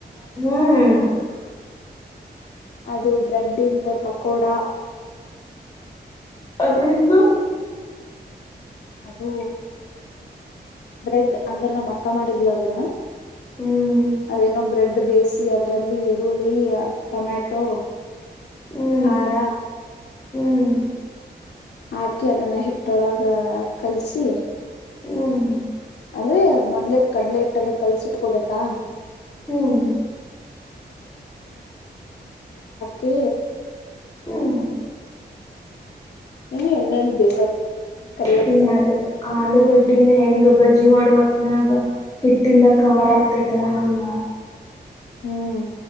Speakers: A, on the left (about 20°); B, on the left (about 85°).
A: ಹ್ಮ್
B: ಅದು ಬ್ರೆಡ್ ಇಂದ ಪಕೋಡಾ
A: ಅದೆಂಗು
B: ಅದೂ ಬ್ರೆಡ್ ಅಂದ್ರ ನಮ ಅಕ್ಕ ಮಾಡಿದ್ಲ ಅದನ
A: ಹ್ಮ್
B: ಅದೇನೋ ಬ್ರೆಡ್ ಬೇಯಿಸಿ ಅದ್ರಲ್ಲಿ ಈರುಳ್ಳಿ ಟೊಮ್ಯಾಟೊ
A: ಹ್ಮ್
B: ಕಾರ
A: ಹ್ಮ್
B: ಹಾಕಿ ಅದನ್ನ ಹಿಟ್ಟೊಳಗ ಕಲ್ಸಿ
A: ಹ್ಮ್
B: ಅಂದ್ರೆ ಮೊದ್ಲೆ ಕಡ್ಲೆ ಇಟ್ಟಾಗ ಕಲ್ಸಿಟ್ಕೋಬೇಕಾ
A: ಹ್ಮ್
B: ಸಯ
A: ಹ್ಮ್
B: ಏನು ಎಣ್ಣೆಯಲ್ಲಿ ಬೇಸೋದು ಕರಿಯೋದು
A: ಹ್ಮ್ ಹ ಆಲೂಗಡ್ಡಿನ ಹೆಂಗ ಬ ಅಜಿ ಮಾಡುವತ್ನಗ ಹಿಟ್ಟಿಂದ ಕವರ್ ಆಗ್ತೇತಲ್ಲ ಹಂಗ
B: ಹ್ಮ್